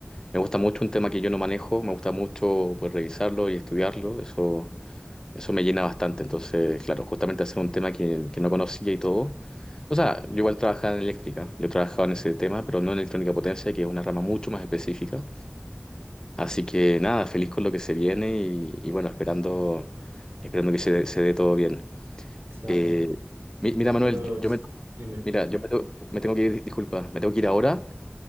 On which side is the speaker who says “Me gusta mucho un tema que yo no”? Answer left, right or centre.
Left